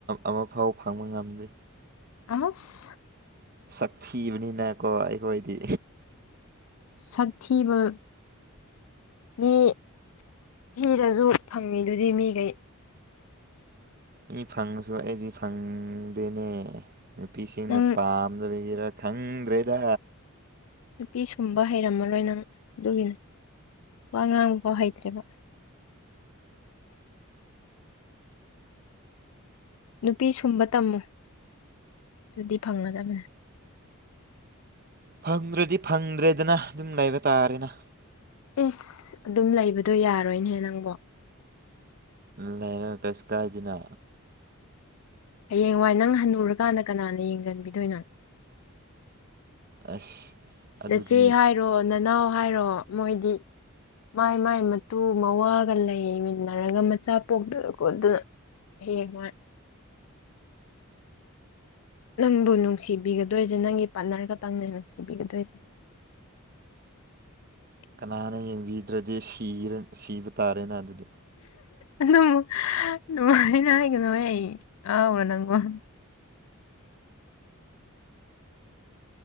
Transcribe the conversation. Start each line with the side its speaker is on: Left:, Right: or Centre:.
Right: ꯑꯃꯐꯥꯎ ꯐꯪꯕ ꯉꯝꯗ꯭ꯦ
Left: ꯑꯁ
Right: ꯁꯛꯊꯤꯕꯅꯤꯅꯀꯣ ꯑꯩꯈꯣꯏꯗꯤ
Left: ꯁꯛꯊꯤꯕ ꯃꯤ ꯊꯤꯔꯁꯨ ꯐꯪꯉꯤꯗꯨꯗꯤ ꯃꯤꯈꯩ
Right: ꯃꯤ ꯐꯪꯉꯁꯨ ꯑꯩꯗꯤ ꯐꯪꯗꯦꯅꯦ ꯅꯨꯄꯤꯁꯤꯡꯅ
Left: ꯅꯪ
Right: ꯄꯥꯝꯗꯕꯒꯤꯔꯛ ꯈꯪꯗ꯭ꯔꯦꯗ
Left: ꯅꯨꯄꯤ ꯁꯨꯝꯕ ꯍꯩꯔꯝꯃꯔꯣꯏ ꯅꯪ ꯑꯗꯨꯒꯤꯅꯤ ꯋꯥ ꯉꯥꯡꯕ ꯍꯩꯇ꯭ꯔꯦꯕ ꯅꯨꯄꯤ ꯁꯨꯝꯕ ꯇꯝꯃꯨ ꯑꯗꯨꯗꯤ ꯐꯪꯒꯗꯕꯅꯦ
Right: ꯐꯪꯗ꯭ꯔꯗꯤ ꯐꯪꯗ꯭ꯔꯦꯗꯅ ꯑꯗꯨꯝ ꯂꯩꯕ ꯇꯥꯔꯦꯅ
Left: ꯏꯁꯁ ꯑꯗꯨꯝ ꯂꯩꯕꯗꯣ ꯌꯥꯔꯣꯏꯅꯦꯍ ꯅꯪꯕ
Right: ꯅꯅ ꯀꯩꯁꯤ ꯀꯗꯅ
Left: ꯍꯌꯦꯡꯋꯥꯏ ꯅꯪ ꯍꯟꯅꯨꯔꯀꯥꯟꯗ ꯀꯅꯥꯅ ꯌꯦꯡꯁꯤꯟꯕꯤꯗꯣꯏꯅꯣ
Right: ꯑꯁ ꯑꯗꯨꯗꯤ
Left: ꯅꯆꯦ ꯍꯥꯏꯔꯣ ꯅꯅꯥꯎ ꯍꯥꯏꯔꯣ ꯃꯣꯏꯗꯤ ꯃꯥꯏ ꯃꯥꯏ ꯃꯇꯨ ꯃꯋꯥꯒ ꯂꯩꯃꯤꯟꯅꯔꯒ ꯃꯆꯥ ꯄꯣꯛꯇꯗꯀꯣ ꯑꯗꯨꯅ ꯍꯦ ꯃꯥ ꯅꯪꯕꯨ ꯅꯨꯡꯁꯤꯕꯤꯒꯗꯣꯏꯁꯦ ꯅꯪꯒꯤ ꯄꯥꯔꯠꯅꯔꯒꯇꯪꯅ ꯅꯨꯡꯁꯤꯕꯤꯒꯗꯣꯏꯁꯦ <unintelligible>
Right: ꯀꯅꯥꯅ ꯌꯦꯡꯕꯤꯗ꯭ꯔꯗꯤ ꯁꯤꯕ ꯇꯥꯔꯦꯅ ꯑꯗꯨꯗꯤ
Left: ꯑꯗꯨꯝꯉꯥꯏꯅ ꯍꯥꯏꯒꯅꯣ ꯑꯩ ꯑꯔꯣ ꯅꯪ ꯋꯥ